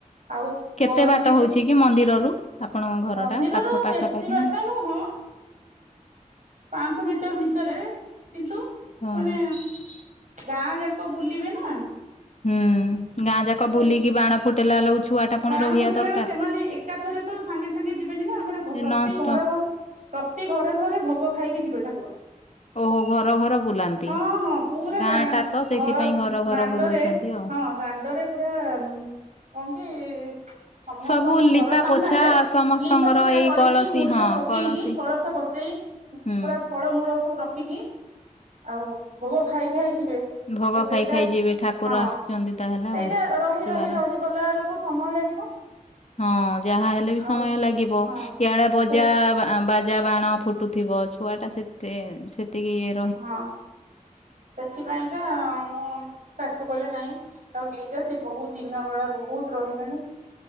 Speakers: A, on the right (about 70°); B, on the left (about 55°).
A: ଆଉ
B: କେତେ
A: ଗରମ
B: ବାଟ
A: ବି ସେ,
B: ହଉଛି କି ମନ୍ଦିରରୁ ଆପଣଙ୍କ ଘର
A: ମନ୍ଦିରରୁ
B: ଟା ପାଖ ପାଖାପାଖି
A: ବେଶୀ ବାଟ
B: ନା
A: ନୁହଁ। ପାଞ୍ଚଶହ ମିଟର ଭିତରେ। କିନ୍ତୁ
B: ହଁ
A: ମାନେ ଗାଁ ଯାକ ବୁଲିବେ ନା।
B: ହୁଁ ଗାଁ ଯାକ
A: ତ
B: ବୁଲିକି ବାଣ ଫୁଟେଇଲା ବେଳକୁ ଛୁଆ ଟା ପୁଣି
A: ବାଣ
B: ରହିବା
A: ଫୁଟେଇଲା
B: ଦରକାର।
A: ବେଳକୁ ସେମାନେ ଏକାଥରେ ତ ସାଙ୍ଗେ ସାଙ୍ଗେ ଯିବେନି ନା ଆମର ପ୍ରତି
B: ଏ ନନଷ୍ଟପ
A: ଘର ଘର ପ୍ରତି ଘରେ ଘରେ ଭୋଗ ଖାଇକି ଯିବେ ଠାକୁର।
B: ଓହୋ ଘର ଘର ବୁଲାନ୍ତି।
A: ହଁ ହଁ ପୁରା
B: ଗାଁ
A: ଦା
B: ଟା ତ ସେଇଥିପାଇଁ
A: ଘ
B: ଘର ଘର
A: ଦାଣ୍ଡରେ
B: ବୁଲଉଛନ୍ତି ଆଉ।
A: ହଁ ଦାଣ୍ଡରେ ପୁରା କଣ କି ସମସ୍ତଙ୍କ
B: ସବୁ
A: ଘର
B: ଲିପା
A: ସାମ୍ନାରେ
B: ପୋଛା ସମସ୍ତଙ୍କର
A: ଲିପା ପୋଛା
B: ଏଇ
A: କରିକି
B: କଳସୀ
A: ମୂର୍ଜ
B: ହଁ
A: ପକେଇକି
B: କଳସୀ
A: କଳସ ବସେଇ
B: ହୁଁ।
A: ପୁରା ଫଳମୂଳ ସବୁ ରଖିକି ଆଉ ଭୋଗ ଖାଇ ଖାଇ ଯିବେ।
B: ଭୋଗ
A: ତ ସେଇଟା
B: ଖାଇ ଖାଇ ଯିବେ ଠାକୁର
A: ହଁ,
B: ଆସୁଛନ୍ତି ତାହେଲେ
A: ସେଇଟା
B: ଆଉ
A: ରହି
B: ଦୁଆର।
A: ରହି ରହି ଗଲା ବେଳକୁ ସମୟ ଲାଗିବ।
B: ହଁ ଯାହା ହେଲେ ବି
A: ଆଉ
B: ସମୟ ଲାଗିବ।
A: ହଁ
B: ଇଆଡେ ବଜା
A: ସେ
B: ବାଜା ବାଣ ଫୁଟୁଥିବ ଛୁଆ ଟା ସେତେ ସେତିକି ଇଏ
A: ହଁ, ସେଥିପାଇଁକା ମୋ ଶାଶୁ କହିଲେ ନାଇଁ। ତାକୁ ନେଇଯା ସିଏ ବହୁତ ଦିନ ବେଳେ ବହୁତ ରହିଲାଣି